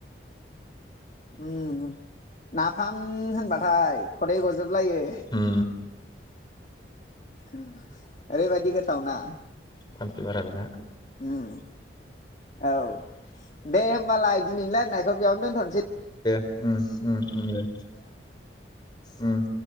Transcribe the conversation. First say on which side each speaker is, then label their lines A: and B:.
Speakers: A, on the left; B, on the left.
A: उम नाफाम होनबाथाय खदै गजोब लायो
B: उम
A: उम आरै बादि गोथ थावना
B: फानसे बारा बेना
A: उम औ दे होमबालाय दिनै रायलायनायखौ बेयावनो दोनथ नोसै
B: ओम -ओम उम दे उम